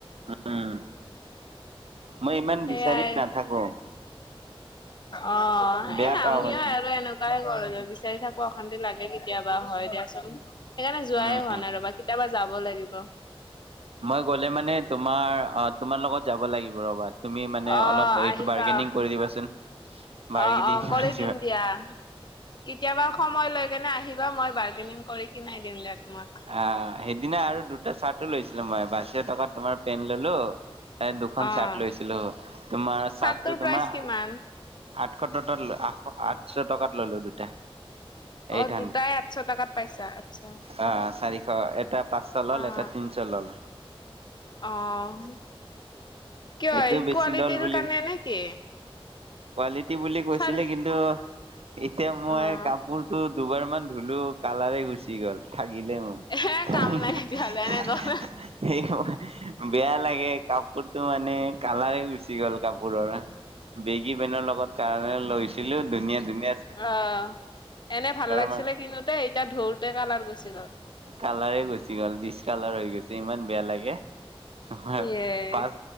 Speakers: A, on the right; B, on the left.
A: উম, মই ইমান
B: সেয়াএ
A: বিচাৰি নাথাকো।
B: অ,
A: বেয়া
B: এ
A: পাওঁ
B: আমি
A: মই
B: আৰু এনুক কাই কৰোঁ। বিচাৰি থাকোঁ অশান্তি লাগে কেতিয়াবা, হয় দিয়াচোন। সেইকাৰণে যোৱাই
A: উম,
B: হোৱা নাই ৰ'বা। কেতিয়াবা যাব লাগিব।
A: মই গ'লে মানে তোমাৰ অ' তোমাৰ লগত যাব লাগিব ৰ'বা। তুমি মানে
B: অ'
A: অলপ এইটো
B: আহিবা।
A: বাৰ্গেনিং কৰি দিবাচোন। বাৰ্গেনিং
B: অ', অ', কৰি
A: দিবা।
B: দিম দিয়া। কেতিয়াবা সময় লৈ কেনে আহিবা। মই বাৰ্গেনিং কৰি কিনাই দিম দিয়া তোমাক।
A: আ। সেইদিনা আৰু দুটা চাৰ্টো লৈছিলো মই, বাছিশ টকাত তোমাৰ পেণ্ট ল'লো। এ দুখন
B: অ',
A: চাৰ্ট লৈছিলোঁ। তোমাৰ
B: চাৰ্টটোৰ
A: চাৰ্টটো
B: প্ৰাইচ
A: তোমাৰ
B: কিমান?
A: আঠশ টতত ল' আঠশ আঠচ টকাত ল'লো দুটা।
B: অ'
A: এইট
B: দুটাই আঠচ টকাত পাইছা, আচ্ছা।
A: হাআ, চাৰিশ। এটা পাঁচচ ল'ল,
B: অ',
A: এটাত তিনিচ ল'ল।
B: অ'। কিয়
A: এইটো বেছি
B: কোৱালিটিৰ
A: ল'ল বুলি।
B: কাৰণে নেকি?
A: কোৱালিটি বুলি কৈছিলে
B: চাৰে
A: কিন্তু এতিয়া মই
B: অ',
A: কাপোৰতো দুবাৰ মান ধুলোঁ, কালাৰে গুচি গ'ল। থাগিলে মোক।
B: এ
A: সেইশ,
B: কাম নাই তেতিয়াহ'লে এনে গ'ল
A: বেয়া লাগে কাপোৰতো মান নে কালাৰে গুচি গ'ল কাপোৰৰ। বেগী পেনৰ লগত কাৰণে লৈছিলোঁ ধুনীয়া ধুনী
B: অ' এনে ভাল লাগিছিলে
A: মান
B: কিনোতে, এতিয়া ঢওতে কালাৰ গুছি গ'ল।
A: কালাৰে গুচি গ'ল। ডিচ কালাৰ হৈ গৈছে, ইমান বেয়া লাগে। তোমাৰ
B: ইয়ে।
A: পাচ